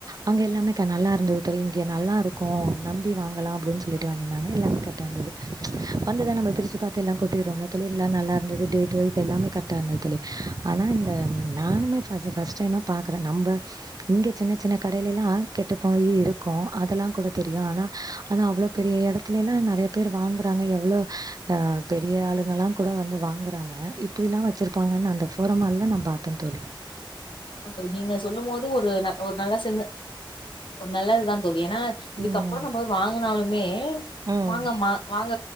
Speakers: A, on the right; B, on the left.
A: அங்கே எல்லாமே கா நல்லா இருந்தது தோழி இங்கே நல்லாயிருக்கும் நம்பி வாங்கலாம் அப்படின்னு சொல்லிட்டு வாங்கியிருந்தாங்க எல்லாமே கரெக்டாக இருந்தது வந்துதான் நம்ம பிரித்து பார்த்து எல்லாம் கொட்டிடுறோம்ல தோழி எல்லாம் நல்லா இருந்தது டேட் வாய்ஸ் எல்லாமே கரெக்டாக இருந்தது தோழி ஆனால் இந்த நானுமே ஃபர்ஸ்ட்டைமாக பார்க்குறே நம்ம இங்கே சின்ன சின்ன கடையில எல்லாம் கெட்டு போயி இருக்கும் அதெல்லாம் கூட தெரியும் ஆனா அதான் அவ்வளவு பெரிய இடத்துல எல்லாம் நிறைய பேர் வாங்குறாங்க எவ்வளவு ஆஹ் பெரிய ஆளுங்க எல்லாம் கூட வந்து வாங்குறாங்க இப்படி எல்லாம் வச்சிருப்பாங்கன்னு அந்த போராமஹால் எல்லாம் நான் பார்த்தோம் தோழி
B: அப்ப நீங்க சொல்லும் போது ஒரு ஒரு நல்ல ச ஒரு நல்ல இதுதான் சொல்லி ஏன்னா இதுக்கப்புறம்
A: ம்
B: நம்ம வாங்கினாலுமே
A: ம்
B: வாங்க வாங்க